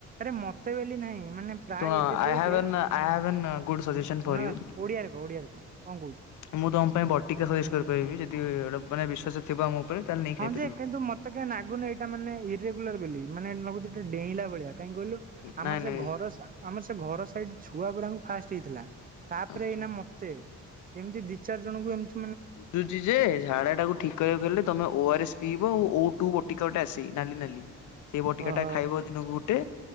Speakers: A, on the right; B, on the left.
A: ଆରେ ମତେ ବୋଲି ନାହିଁ ମାନେ ପ୍ରାୟ
B: ଶୁଣ
A: ଏବେ
B: ଆଇ
A: ଦେଖେ
B: ହାଭ୍ an I have an good suggestion for
A: ନା
B: ୟୁ।
A: ଓଡିଆ ରେ କ ଓଡିଆ ରେ କ କଁ କହୁଚୁ।
B: ମୁଁ ତମ ପାଇଁ ବଟିକା ସଜେଷ୍ଟ କରିପାରିବି ଯଦି ଏଇଟା ମାନେ ବିଶ୍ୱାସ। ଥିବା ଆମ ଉପରେ ତାହେଲେ। ନେଇ
A: ହଁ
B: ଖାଇପାରିବ।
A: ଯେ କିନ୍ତୁ ମତ୍ ତେ କାଇଁ ନାଗୁନି ଏଇଟା ମାନେ ଇରେଗୁଲାର ବୋଲି ମାନେ ଯେମତି ଲାଗୁଚି ଏଇଟା ଡେଇଁଲା ଭଳିଆ କାହିଁକି କହିଲୁ। ଆମର
B: ନାଇଁ
A: ସେ
B: ନାଇଁ
A: ଘର ସ୍ ଆମର ସେ ଘର ସାଇଡ ଛୁଆ ଗୁଡାଙ୍କୁ ଫାଷ୍ଟ ହେଇଥିଲା ତାପରେ
B: ଆଚ୍ଛା
A: ଏଇନା ମୋ ତେ ଏମିତି ଦି ଚାରି ଜଣଙ୍କୁ ଏମତି।
B: ବୁଝୁଛିି ଯେ ଝାଡା ଟାକୁ ଠିକ। କହିବାକୁ ଗଲେ ତମେ ଓ ଆର ଏସ ପିଇବ ଓ ଓ ଟୁ ବଟିକା ଗୋଟେ ଆସେ ନାଲି ନାଲି ସେଇ ବଟିକା
A: ଓହୋ
B: ଟା ଖାଇବ। ଦିନକୁ ଗୋଟେ